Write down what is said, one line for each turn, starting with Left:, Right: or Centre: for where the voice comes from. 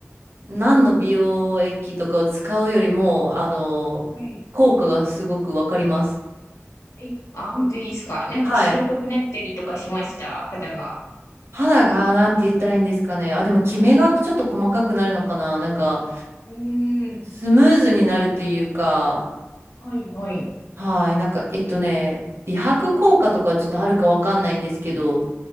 Right: 何の美容液とかを使うよりも、あの、
Left: はい。
Right: 効果がすごくわかります。
Left: え、あ、本当ですか。なんか白くなったりとかしました、
Right: はい。
Left: 肌が。
Right: 肌が、なんて言ったらいいんですかね。あ、でも、キメがちょっと細かくなるのかな。なんか、
Left: うーん。
Right: スムーズになるというか、
Left: はい、はい。
Right: はい。なんか、えっとね、美白効果とかちょっとあるかわかんないんですけど、